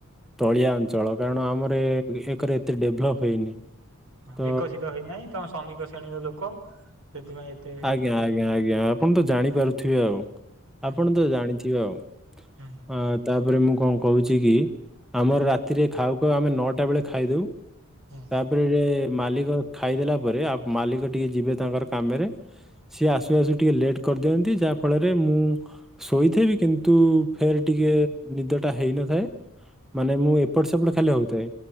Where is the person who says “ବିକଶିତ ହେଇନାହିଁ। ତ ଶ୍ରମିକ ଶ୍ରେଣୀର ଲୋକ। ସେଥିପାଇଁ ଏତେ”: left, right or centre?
Right